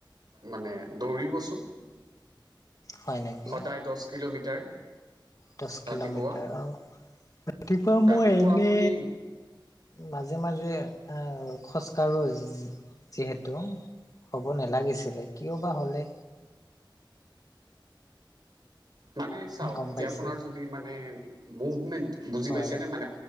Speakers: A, on the right (about 55°); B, on the left (about 45°).
A: মানে দৌৰিবচোন।
B: হয় নেকি
A: সদায় দচ কিলোমিটাৰ।
B: দহ কিলোমিটাৰ
A: ৰাতিপুৱা
B: অ ৰাতিপুৱা
A: ৰাতিপুৱা
B: মই এনে।
A: আপুনি
B: মাজে মাজে আহ খোজকাঢ়ো যিহেতু। হ'ব নেলাগিছিলে কিয় বা হ'লে।
A: মানে চাওক
B: গম
A: এতিয়া
B: পাইছো
A: আপোনাৰ যদি মানে মুভমেন্ট বুজি
B: হয়
A: পাইছে নে মানে।